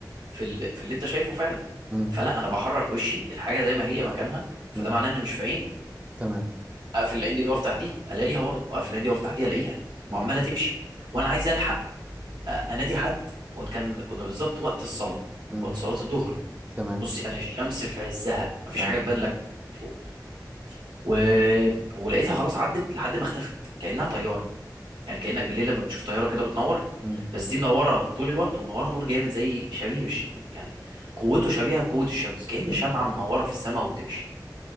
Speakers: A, on the right (about 85°); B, on the right (about 15°).
A: في ال... في اللي انت شايفه فعلا
B: مم.
A: فلا انا بحرك وشي الحاجه زي ما هي مكانها فده
B: مم.
A: معناه ان مش في عيني
B: تمام
A: اقفل العين دي وافتح دي الاقيها برضه اقفل العين دي وافتح دي الاقيها
B: مم.
A: وعماله تمشي وانا عايز الحق أ- انادي حد وكان كنا بالظبط وقت الصلاه
B: مم.
A: وقت صلاه الظهر
B: تمام
A: بص يعني الشمس في عزها مفيش
B: اه
A: حاجه تبان لك المفروض و... ولقيتها خلاص عدت لحد ما اختفت كانها طياره يعني كانك بالليل لما بتشوف طياره كده بتنور
B: مم.
A: بس دي منوره طول الوقت ومنوره نور جامد زي شبيه بالش... يعني قوته شبيهه بقوه الشمس كأن
B: مم.
A: شمعه منوره في السماء وبتمشي